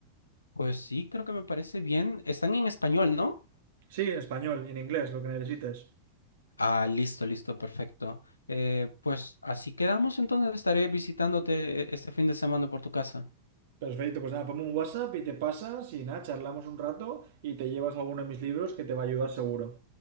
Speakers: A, on the left; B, on the right.
A: Pues sí, creo que me parece bien. Están en español, ¿no?
B: Sí, en español y en inglés, lo que necesites.
A: Ah, listo, listo, perfecto. Eh, pues así quedamos, entonces estaré visitándote eh, este fin de semana por tu casa.
B: Perfecto, pues nada, ponme un WhatsApp y te pasas y nada, charlamos un rato y te llevas alguno de mis libros que te va a ayudar seguro.